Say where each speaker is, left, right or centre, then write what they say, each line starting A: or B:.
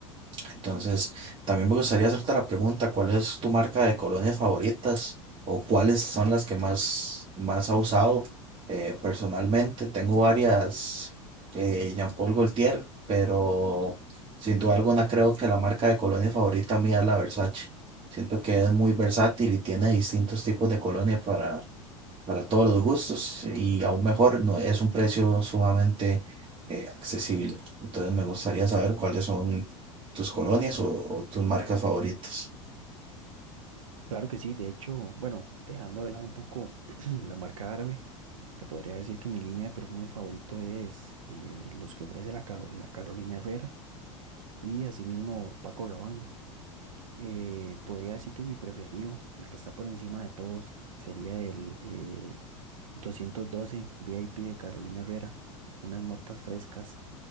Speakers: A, on the right (about 30°); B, on the right (about 80°).
A: Entonces, también me gustaría hacerte la pregunta, ¿cuál es tu marca de colonias favoritas o cuáles son las que más, más ha usado eh, personalmente? Tengo varias eh, Jean Paul Gaultier, pero sin duda alguna creo que la marca de colonias favorita mía es la Versace. Siento que es muy versátil y tiene distintos tipos de colonias para para todos los gustos y aún mejor, no, es un precio sumamente eh, accesible. Entonces me gustaría saber cuáles son tus colonias o, o tus marcas favoritas.
B: Claro que sí, de hecho, bueno, dejando de lado un poco <clears throat> la marca árabe, te podría decir que mi línea de perfumes favorito es eh, los que ofrece la, Caro- la Carolina Herrera y asimismo Paco Rabanne. eh, podría decir que mi preferido, el que está por encima de todos, sería el eh, 212 VIP de Carolina Herrera. Unas notas frescas,